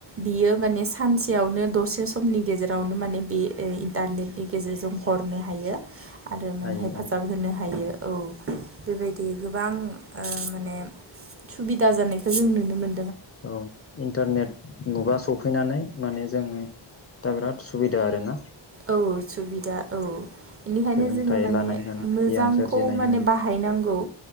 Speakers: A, on the right; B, on the left.
A: बियो माने सानसेयावनो दसे समनि गेजेरावनो माने बे ओइ इन्टारनेटनि गेजेरजों हरनो हायो। आरो माने
B: हायो
A: हेफाजाब
B: औ
A: होनो हायो। औ बेबायदि गोबां ओ माने सुबिदा जानायखौ जों नुनो मोन
B: औ इन्टारनेट मुगा सफैनानै माने जोंनि दा बिराद सुबुबिदा आरो ना?
A: औ सुबिदा औ बेनिखायनो
B: सोलोंथाइ
A: जोङो माने
B: लानाय होन
A: मोजांखौ
B: गियान सोरजिनाय
A: माने
B: होन
A: बाहाय नांगौ